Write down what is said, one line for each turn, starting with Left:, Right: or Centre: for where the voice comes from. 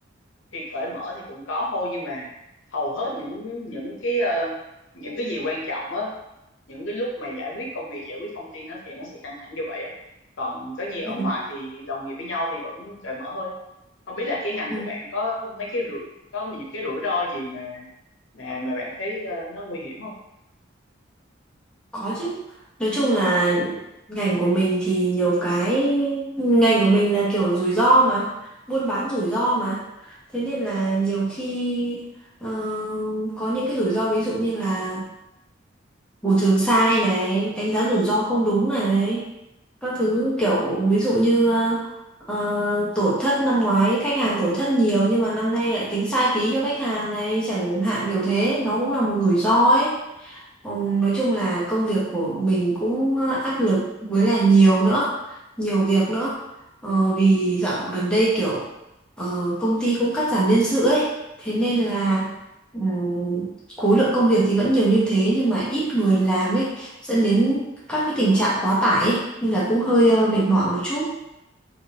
Left: thì cởi mở thì cũng có thôi nhưng mà hầu hết những những cái ờ, những cái gì quan trọng á những cái lúc mà giải quyết công việc giải quyết thông tin nó thì nó sẽ căng thẳng như vậy á còn tất nhiên
Centre: Ừ.
Left: ở ngoài thì đồng nghiệp với nhau thì vẫn cởi mở thôi không biết là cái ngành
Centre: Ừ.
Left: của bạn có mấy cái rủi có những cái rủi ro gì mà mà mà bạn thấy ờ, nó nguy hiểm không
Centre: Có chứ. Nói chung là ngành của mình thì nhiều cái ngành của mình là kiểu rủi ro mà, buôn bán rủi ro mà. Thế nên là nhiều khi ờ, có những cái rủi ro ví dụ như là bồi thường sai này, đánh giá rủi ro không đúng này, các thứ kiểu ví dụ như ờ, ờ, tổn thất năm ngoái khách hàng tổn thất nhiều nhưng mà năm nay lại tính sai phí cho khách hàng này chẳng hạn kiểu thế nó cũng là một rủi ro ấy Ừ, nói chung là công việc của mình cũng ờ, áp lực với là nhiều nữa nhiều việc nữa Ờ, vì dạo gần đây kiểu ờ, công ty cũng cắt giảm nhân sự ấy thế nên là ừ, khối lượng công việc thì vẫn nhiều như thế nhưng mà ít người làm ấy dẫn đến các cái tình trạng quá tải ấy, nên là cũng hơi ờ, mệt mỏi một chút